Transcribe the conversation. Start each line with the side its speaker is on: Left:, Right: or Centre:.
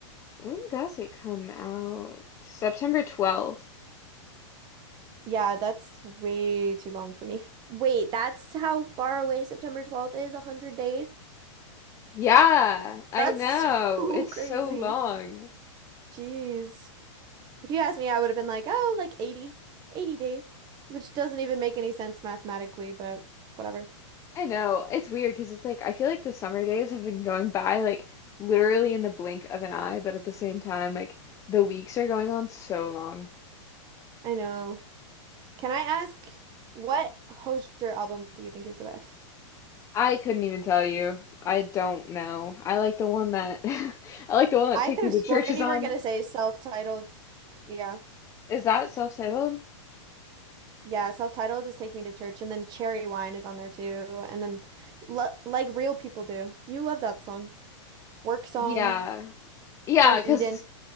Left: when does it come out? September 12th.
Right: yeah, that's way too long for me. <laughs> Wait, that's how far away September 12th is, 100 days?
Left: Yeah, I
Right: That's
Left: know.
Right: so
Left: It's
Right: <laughs> crazy.
Left: so long.
Right: Jeez. If you asked me, I would have been like, oh, like 80, 80 days, which doesn't even make any sense mathematically, but whatever.
Left: I know. It's weird because it's like I feel like the summer days have been going by like literally in the blink of an eye, but at the same time, like the weeks are going on so long.
Right: I know. Can I ask what Hozier album do you think is the best?
Left: I couldn't even tell you. I don't know. I like the one that <laughs> I like the one that
Right: I
Left: Take
Right: could
Left: Me
Right: have
Left: to
Right: sworn
Left: Church is
Right: you
Left: on.
Right: were gonna say self-titled. Yeah.
Left: Is that self-titled?
Right: Yeah, self-titled is Take Me to Church and then Cherry Wine is on there too. And then L Like Real People Do. You love that song. Work Song
Left: Yeah. Yeah,
Right: from
Left: 'cause
Right: Eden.